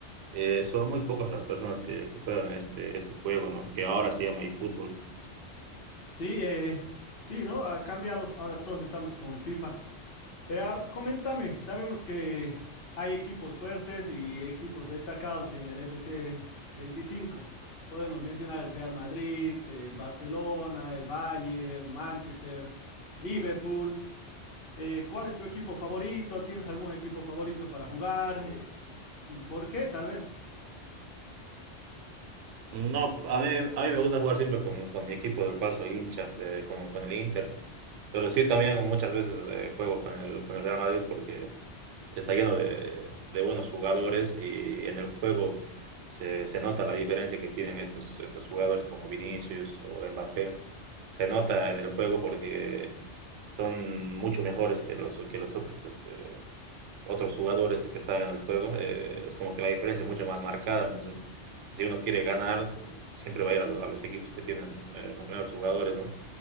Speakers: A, on the right; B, on the left.
A: eh, son muy pocas las personas que, que juegan este, este juego, ¿no? Que ahora se llama eFootball.
B: Sí, eh, sí, ¿no? Ha cambiado. Ahora todos estamos con el FIFA. Eh, ah, coméntame, sabemos que hay equipos fuertes y equipos destacados en el FC 25. Podemos mencionar el Real Madrid, el Barcelona, el Bayern, Manchester, Liverpool. Eh, ¿cuál es tu equipo favorito? ¿Tienes algún equipo favorito para jugar? Eh, ¿y por qué? Tal vez.
A: No, a mí, a mí me gusta jugar siempre con, con mi equipo del cual soy hincha, de- con, con el Inter, pero sí también muchas veces eh, juego con el, con el Real Madrid porque está lleno de, de buenos jugadores y en el juego se, se nota la diferencia que tienen estos, estos jugadores como Vinicius o Mbappé. Se nota en el juego porque son mucho mejores que los, que los otros este, otros jugadores que están en el juego, eh, es como que la diferencia es mucho más marcada. Entonces, si uno quiere ganar, siempre va a ir a, lo- a los equipos que tienen eh, los mejores jugadores, ¿no?